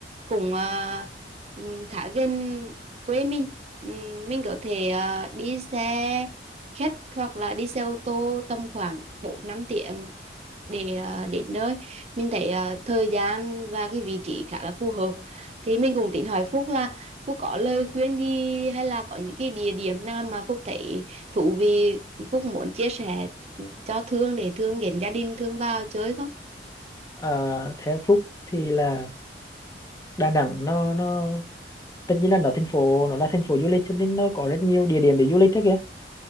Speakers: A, on the right; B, on the left.
A: cũng ờ, ừm, khá gần quê mình Ừm, mình có thể ờ, đi xe khách hoặc là đi xe ô tô tầm khoảng 4 năm tiếng để ờ, đến nơi mình thấy ờ, thời gian và cái vị trí khá là phù hợp thì mình cũng tính hỏi Phúc là Phúc có lời khuyên gì hay là có những cái địa điểm nào mà Phúc thấy thú vị Phúc muốn chia sẻ cho Thương để Thương đến gia đình Thương vào chơi không
B: Ờ, theo Phúc thì là Đà Nẵng nó nó tất nhiên là nó thành phố nó là thành phố du lịch cho nên nó có rất nhiều địa điểm để du lịch đó kìa